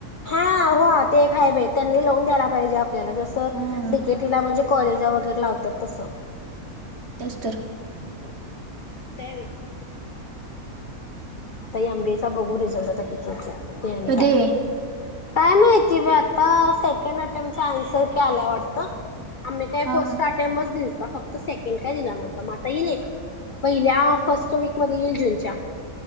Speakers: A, on the left; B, on the right.
A: हा हो ते एक हाय बाई त्यांनी लावून द्यायला पाहिजे. त्याला जसं
B: हा
A: डिकेटीला म्हणजे कॉलेजला वगैरे लावतात तसं. <unintelligible>
B: तेच तर
A: हो अवघडच हाय बाई. आता एमबीएचा बघू रिझल्ट आता कि ते आणिकाय.
B: कधी
A: काय माहिती बाई आता से आटेमचा आन्सर आल्या वाटतं. आम्ही काही
B: हा
A: फर्स्ट
B: हा
A: अटेमच दिल. फक्त सेकंड काय दिला नव्हता म आता येईल पहिल्या फर्स्ट वीकमध्ये येईल जूनच्या